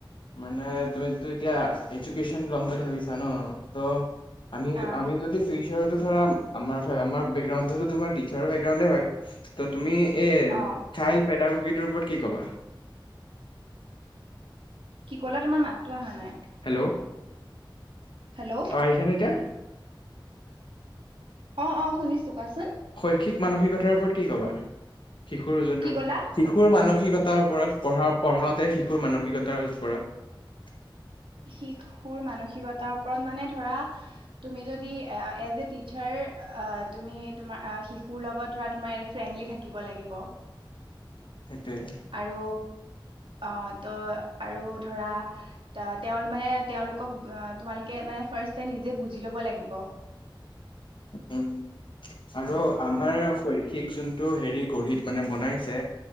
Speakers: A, on the left; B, on the right.
A: মানে তুমিতো এতিয়া এজুকেশ্যন ল'ম বুলি ভাবিছা ন, ত' আমি
B: অ',
A: আমি যদি ফিউচাৰতো ধৰা আমাৰ ধৰ আমাৰ। গা তোমাৰ টিছাৰৰ বেকগ্ৰাউণ্ডে হয় ত তুমি এ
B: অ',
A: চে সেইটোৰ ওপৰত কি ক'বা?
B: কি কলে তোমাৰ মাতো অহা নাই
A: হেল্ল'
B: হেল্ল'।
A: অ আহছা নে এতিয়া
B: অ অ শুনিছো কোৱাচোন
A: শৈক্ষিক মানসিকতাৰ ওপৰত কি ক'বা শিশুৰ যোনটো
B: কি ক'লা?
A: শিশুৰ মানসিকতাৰ ওপৰত পঢ়া পঢ়াওতে শিশু মানসিকতাৰ ওপৰত
B: শিশুৰ মানসিকতাৰ ওপৰত মানে ধৰা তুমি যদি এ এজ এ টিচাৰ তুমি তোমাৰ শিশুৰ লগত ধৰা তোমাৰ ফ্ৰেণ্ডলি থাকিব লাগিব
A: এতিয়া
B: আৰু অ ত' আৰু ধৰা তা তেওঁ মানে তেওঁলোকক তোমালোকে মানে ফাষ্টে নিজে বুজি ল'ব লাগিব
A: উম আৰু আমাৰ শৈক্ষিক যোনটো হেৰি গ় মানে বনাইছে